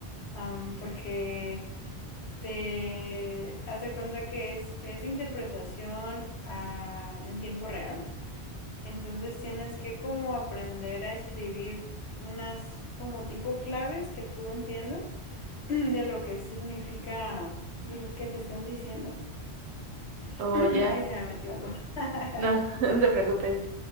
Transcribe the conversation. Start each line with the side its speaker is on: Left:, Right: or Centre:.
Left: am, porque te has de cuenta que es, es interpretación a- en tiempo real. Entonces tienes que como aprender a escribir unas como tipo claves que tú entiendas <clears throat> de lo que significa l- que te están diciendo. <clears throat>
Right: O ya.
Left: Ahí se me metió algo. <laughs>
Right: No, <laughs> no te preocupes.